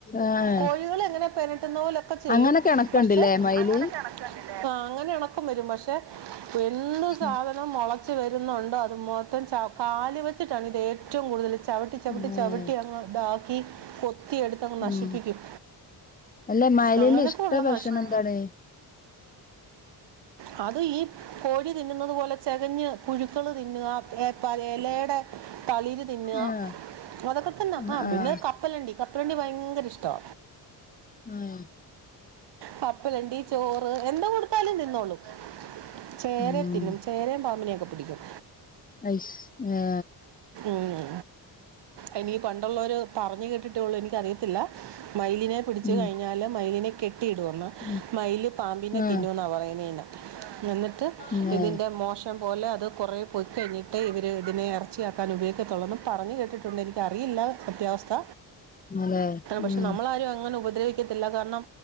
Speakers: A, on the left; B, on the right.
A: ആഹ്
B: കോഴികളെങ്ങനെ പെരട്ടുന്ന പോലൊക്കെ ചെയ്യും
A: അങ്ങനെ കണക്ക്ണ്ട്ല്ലേ
B: പക്ഷെ
A: മയില്
B: അങ്ങനെ കെടക്കാണ്ലേ ആ അങ്ങനെ ഇണക്കം വരും പക്ഷെ എന്ത്
A: ഏഹ്
B: സാധനം മുളച്ച് വരുന്നു അത് മൊത്തം ചവി കാല് വെച്ചിട്ടാണ് ഇത് ഏറ്റവും കൂടുതൽ ചവിട്ടി ചവിട്ടി
A: ഉം
B: ചവിട്ടി അങ് ദാ ക്കി കൊത്തിയെടുത്തങ്ങ് നശിപ്പിക്കും
A: ഉം. അല്ല മയിലിന്റെ
B: അങ്ങനൊക്കുള്ള
A: ഇഷ്ട ഭക്ഷണം
B: നശം
A: എന്താണ്
B: ആ അത് ഈ കോഴി തിന്നുന്നത് പോലെ ചെകഞ്ഞ് പുഴുക്കള് തിന്നാ ഏ പല എലേയുടെ തളിര് തിന്നുക
A: ആഹ്
B: അതൊക്കെത്തന്നെ
A: ആഹ്
B: ആ
A: ആഹ്
B: പിന്നെ കപ്പലണ്ടി കപ്പലണ്ടി ഭയ ങ്കര ഇഷ്ടാ
A: മ്മ്
B: കപ്പലണ്ടി ചോറ് എന്ത് കൊടുത്താലും തിന്നോളും ചേരെ
A: ഉം
B: തിന്നും ചേരേം പാമ്പിനൊക്കെ പിടിക്കും
A: അയ്ഷ് ആ
B: മ്മ് അയ്നി പണ്ടുള്ളോര് പറഞ്ഞു കേട്ടിട്ടുള്ളൂ എനിക്കറിയത്തില്ല മയിലിനെ പിടിച്ചു
A: ഉം
B: കഴിഞ്ഞാല് മയിലിനെ കെ ട്ടിടൂന്ന്
A: ഉം
B: മയില് പാമ്പിനെ
A: ആഹ്
B: തിന്നൂന്നാ പറയുന്നെന്ന് എന്നിട്ട്
A: ല്ലേ
B: ഇതിൻ്റെ മോശം പോലെ അത് കുറേ പൊയ്കഴിഞ്ഞിട്ടേ ഇവർ ഇതിനെ എറ ക്കാൻ ഉപയോഗിക്കത്തൊള്ളെന്ന് പറഞ്ഞു കേട്ടിട്ടുണ്ട് എനിക്കറിയില്ല സത്യാവസ്ഥ
A: ല്ലേ
B: പക്ഷെ
A: ഉം
B: നമ്മളാരും അങ്ങനെ ഉപദ്രവിക്കത്തില്ല കാരണം